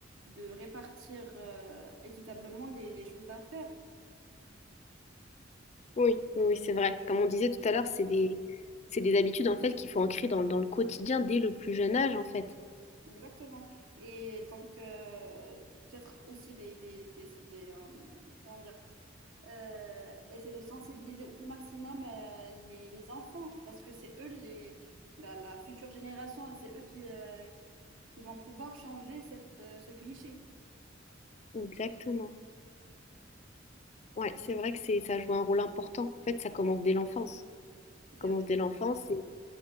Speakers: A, on the right (about 85°); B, on the left (about 35°).
A: de répartir euh, équitablement les, les choses à faire.
B: oui, oui, oui, c'est vrai. Comme on disait tout à l'heure, c'est des, c'est des habitudes en fait qu'il faut ancrer dans, dans le quotidien dès le plus jeune âge en fait.
A: Exactement. Et donc, euh, peut-être aussi des, des, des, des, euh, comment dire, euh, essayer de sensibiliser au plus maximum euh, les, les enfants, parce que c'est eux, les, la, la future génération, et c'est eux qui, euh, qui vont pouvoir changer cette, euh, ce cliché.
B: Exactement. Ouais, c'est vrai que c'est ça joue un rôle important. En fait, ça commence dès l'enfance. Ça
A: C'est
B: commence
A: vrai,
B: dès l'enfance et